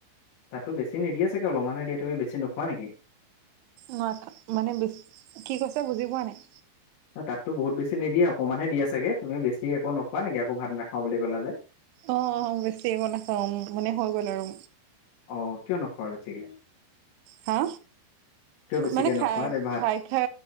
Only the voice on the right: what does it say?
ন মানে কি কৈছে বুজি পোৱা নাই।
অ অ বেছি মই নাখাওঁ উম মানে হৈ গ'ল আৰু
হা
মানে খা
খাই খা